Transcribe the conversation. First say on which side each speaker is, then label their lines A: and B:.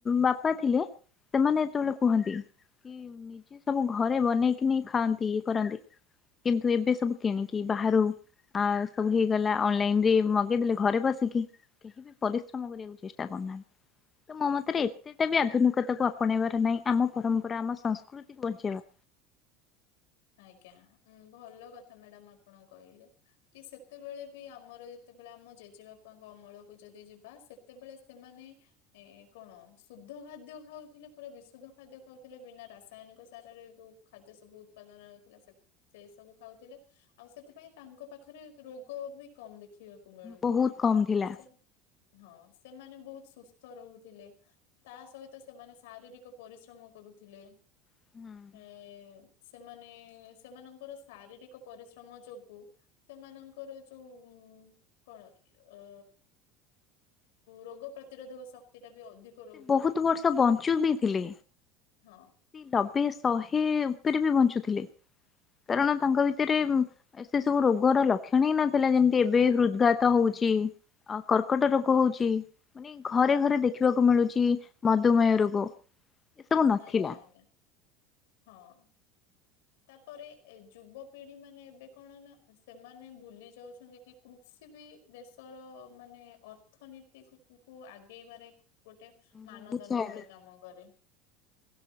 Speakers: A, on the left; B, on the left.
A: ବାପା ଥିଲେ ସେମାନେ ଯେତେବେଳେ କୁହନ୍ତି। କି ନିଜେ ସବୁ ଘରେ ବନେଇକିନି ଖାଆନ୍ତି ଇଏ କରନ୍ତି। କିନ୍ତୁ ଏବେ ସବୁ କିଣିକି ବାହାରୁ ଆଉ ସବୁ ହେଇଗଲା ଅନଲାଇନ ରେ ମଗେଇଦେଲେ ଘରେ ବସିକି। କେହି ବି ପରିଶ୍ରମ କରିବାକୁ ଚେଷ୍ଟା କରୁନାହାନ୍ତି। ତ ମୋ ମତରେ ଏତେଟା ବି ଆଧୁନିକତାକୁ ଆପଣେଇବାର ନାହିଁ ଆମ ପରମ୍ପରା ଆମ ସଂସ୍କୃତିକୁ ବଞ୍ଚେଇବା।
B: ଆଜ୍ଞା ଉ ଭଲ କଥା ମ୍ୟାଡାାମ ଆପଣ କହିଲେ କି ସେତେବେଳେ ବି ଆମର ଯେତେବେଳେ ଆମ ଜେଜେବାପାଙ୍କ ଅମଳକୁ ଯଦି ଯିବା ସେତେବେଳେ ସେମାନେ ଏ କଣ ଶୁଦ୍ଧ ଖାଦ୍ୟ ଖାଉଥିଲେ ପୁରା ବିଶୁଦ୍ଧ ଖାଦ୍ୟ ଖାଉଥିଲେ ବିନା ରାସାୟନିକ ସାରରେ ଯୋଉ ଖାଦ୍ୟ ସବୁ ଉତ୍ପାଦନ ହେଉଥିଲା ସେ ସେଇ ସବୁ ଖାଉଥିଲେ ଆଉ ସେଥିପାଇଁ ତାଙ୍କ ପାଖରେ ରୋଗ ବି କମ ଦେଖିବାକୁ ମିଳୁଥିଲା
A: ବହୁତ କମ ଥିଲା।
B: ସେ, ହଁ ସେମାନେ ବହୁତ ସୁସ୍ଥ ରହୁଥିଲେ। ତା ସହିତ ସେମାନେ ଶାରୀରିକ ପରିଶ୍ରମ କରୁଥିଲେ।
A: <inaudible>
B: ଏ ସେମାନେ ସେମାନଙ୍କର ଶାରୀରିକ ପରିଶ୍ରମ ଯୋଗୁ, ସେମାନଙ୍କର ଯୋଉ କଣ ଅ ରୋଗ ପ୍ରତିରୋଧକ ଶକ୍ତି ଟା ବି ଅଧିକ ରହୁଥିଲା।
A: ବହୁତ ବର୍ଷ ବଞ୍ଚୁ ବି ଥିଲେ।
B: ହଁ
A: ନବେ ଶହେ ଉପରେ ବି ବଞ୍ଚୁଥିଲେ କାରଣ ତାଙ୍କ ଭିତରେ ଏ ସେ ସବୁ ରୋଗର ଲକ୍ଷଣ ହିଁ ନଥିଲା ଯେମିତି ଏବେ ହୃଦ୍ଘାତ ହଉଛି। ଆଉ କର୍କଟ ରୋଗ ହଉଛି ମାନେ ଘରେ ଘରେ ଦେଖ ଦେଖିବାକୁ ମିଳୁଛି ମଧୁମେହ ରୋଗ ଏସବୁ ନଥିଲା।
B: ଆଜ୍ଞା ଆଜ୍ଞା ହଁ ତାପରେ ଏ ଯୁବପିଢି ମାନେ ଏବେ କଣ ନା ସେମାନେ ଭୁଲି ଯାଉଛନ୍ତି କି କୃଷି ବି ଦେଶର ମାନେ ଅର୍ଥନୀତି କୁ ଆଗେଇବାରେ ଗୋଟେ
A: ବହୁତ
B: ମାନଦଣ୍ଡ
A: ସହାୟକ
B: ଭଳି କାମ କରେ।